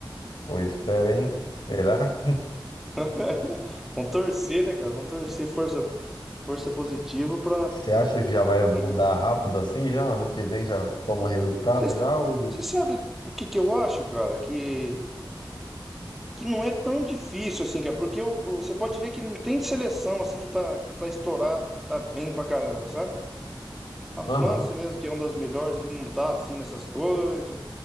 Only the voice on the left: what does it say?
Pô, espera, hein? Será?
Você acha que já vai mudar
rápido assim? Já ano que vem já toma resultado?
Já o.
Aham,